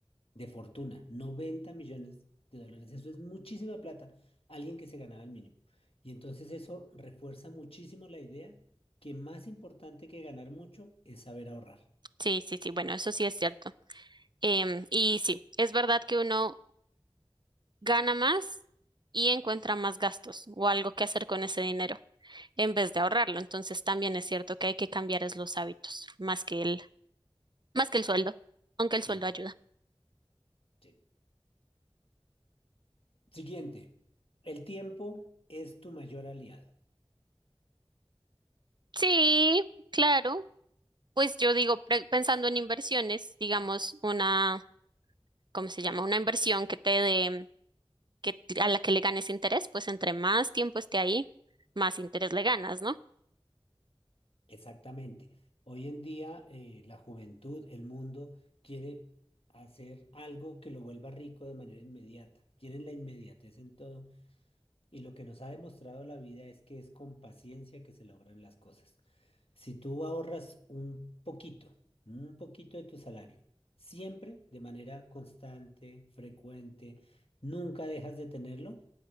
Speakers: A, on the left; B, on the right.
A: de fortuna, 90 millones de dólares. Eso es muchísima plata, alguien que se ganara el mínimo. Y entonces eso refuerza muchísimo la idea que más importante que ganar mucho es saber ahorrar.
B: Sí, sí, sí, bueno, eso sí es cierto. Em, y sí, es verdad que uno gana más y encuentra más gastos o algo que hacer con ese dinero en vez de ahorrarlo. Entonces también es cierto que hay que cambiar es los hábitos más que el, más que el sueldo, aunque el sueldo
A: Bien.
B: ayuda.
A: Sí. Siguiente, el tiempo es tu mayor aliado.
B: Sí, claro. Pues yo digo, pre- pensando en inversiones, digamos una, ¿cómo se llama? Una inversión que te dé, que a la que le ganes interés, pues entre más tiempo esté ahí, más interés le ganas, ¿no?
A: Exactamente. Hoy en día eh, la juventud, el mundo quiere hacer algo que lo vuelva rico de manera inmediata. Quieren la inmediatez en todo. Y lo que nos ha demostrado la vida es que es con paciencia que se logran las cosas. Si tú ahorras un poquito, un poquito de tu salario, siempre de manera constante, frecuente, nunca dejas de tenerlo,